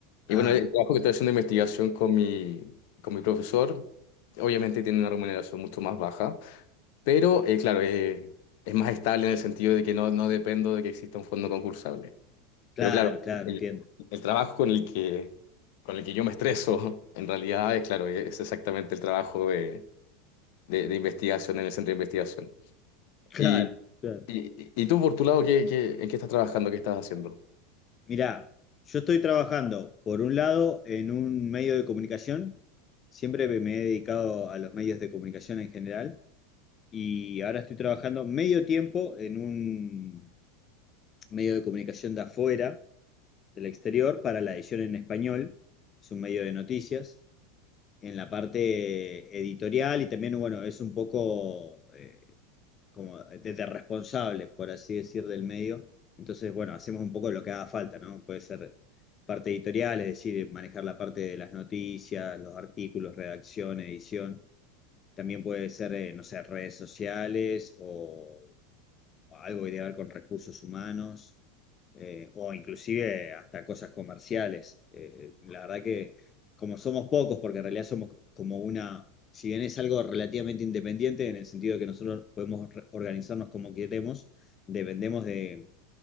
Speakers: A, on the left; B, on the left.
A: Y
B: Ah,
A: bueno, el trabajo que estoy haciendo de investigación con mi, con mi profesor, obviamente tiene una remuneración mucho más baja, pero eh, claro, eh, es más estable en el sentido de que no, no dependo de que exista un fondo concursable.
B: claro,
A: Pero claro,
B: claro,
A: el,
B: entiendo.
A: el trabajo con el que, con el que yo me estreso, <laughs> en realidad, es claro, es exactamente el trabajo de, de- de investigación en el centro de investigación.
B: Claro,
A: Y,
B: claro.
A: y, y tú, por tu lado, ¿qué, qué- en qué estás trabajando? ¿Qué estás haciendo?
B: Mirá, yo estoy trabajando, por un lado, en un medio de comunicación. Siempre me me he dedicado a los medios de comunicación en general. Y ahora estoy trabajando medio tiempo en un medio de comunicación de afuera del exterior para la edición en español, es un medio de noticias, en la parte editorial y también, bueno, es un poco eh, como de, de responsable, por así decir, del medio. Entonces, bueno, hacemos un poco lo que haga falta, ¿no? Puede ser parte editorial, es decir, manejar la parte de las noticias, los artículos, redacción, edición. También puede ser, eh, no sé, redes sociales o o algo que tiene que ver con recursos humanos, eh, o inclusive hasta cosas comerciales. Eh, la verdad que como somos pocos, porque en realidad somos como una, si bien es algo relativamente independiente, en el sentido de que nosotros podemos re- organizarnos como queremos, dependemos de,